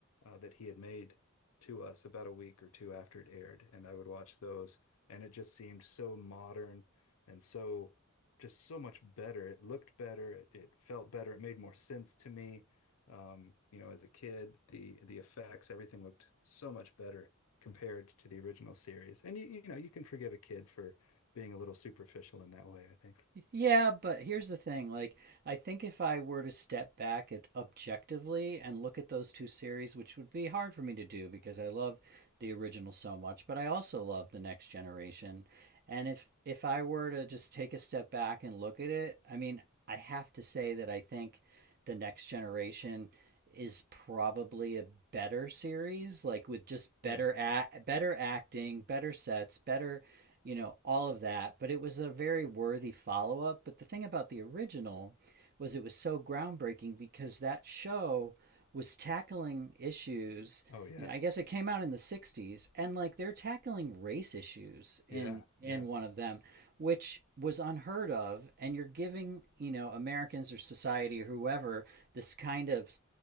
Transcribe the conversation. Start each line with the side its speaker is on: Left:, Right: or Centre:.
Left: uh, that he had made to us about a week or two after it aired, and I would watch those, and it just seemed so modern and so just so much better. It looked better, it, it felt better, it made more sense to me um, you know, as a kid, the the effects, everything looked so much better compared to the original series. And you, you know, you can forgive a kid for being a little superficial in that way, I think.
Right: Yeah, but here's the thing. Like, I think if I were to step back at objectively and look at those two series, which would be hard for me to do because I love the original so much, but I also love the next generation. And if if I were to just take a step back and look at it, I mean, I have to say that I think the next generation is probably a better series, like with just better
Left: Yeah.
Right: act, better acting, better sets, better, you know, all of that. But it was a very worthy follow up. But the thing about the original was it was so groundbreaking because that show was tackling issues.
Left: Oh yeah.
Right: You know, I guess it came out in the '60s, and like they're tackling race issues in
Left: Yeah.
Right: in
Left: Yeah.
Right: one of them, which was unheard of. And you're giving you know Americans or society or whoever this kind of